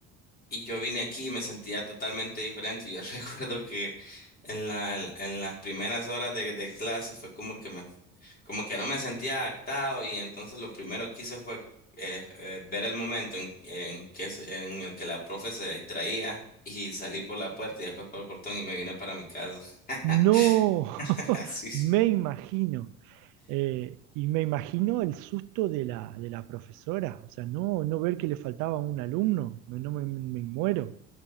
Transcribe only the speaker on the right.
No, <laughs>
me imagino. Eh, y me imagino el susto de la, de la profesora. O sea, no, no ver que le faltaba un alumno. Me- No me, me muero.